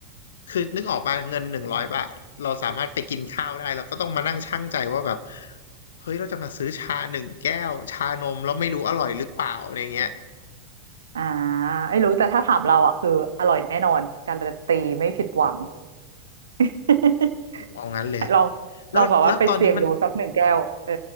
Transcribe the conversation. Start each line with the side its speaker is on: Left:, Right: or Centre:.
Left: คือนึกออกป่ะเงินหนึ่งร้อยบาทเราสามารถไปกินข้าวได้เราก็ต้องมานั่งชั่งใจว่าแบบเฮ้ยเราจะมาซื้อชาหนึ่งแก้วชานมแล้วไม่รู้อร่อยหรือเปล่าอะไรเงี้ย
Right: อ่าไม่รู้ แต่ถ้าถามเราอ่ะคืออร่อยแน่นอน
Left: เออ
Right: การันตีไม่ผิดหวัง <laughs>
Left: โหเอางั้นเลย
Right: ลอง
Left: แล้วแล้วตอนนี้มัน
Right: ลองแบบว่าไปเสี่ยงดูสักหนึ่งแก้ว เออ